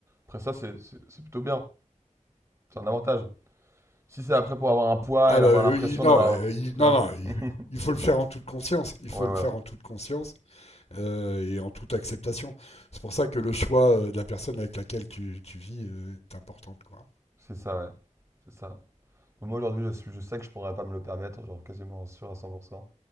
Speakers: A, on the right; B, on the left.
A: après ça, c'est c'est- c'est plutôt bien. C'est un avantage. Si c'est après pour avoir un poids
B: Ah
A: et
B: bah
A: avoir
B: oui,
A: l'impression
B: non,
A: d'avoir,
B: euh, il-
A: tu
B: non,
A: vois?
B: non, il
A: <laughs>
B: il faut le faire en toute conscience. Il faut
A: Ouais, ouais,
B: le faire
A: ouais.
B: en toute conscience. euh, et en toute acceptation. C'est pour ça que le choix euh, de la personne avec laquelle tu, tu vis euh, est important. Quoi.
A: c'est ça, ouais. C'est ça. Moi aujourd'hui, je suis, je sais que je pourrais pas me le permettre, genre quasiment sûr à 100%.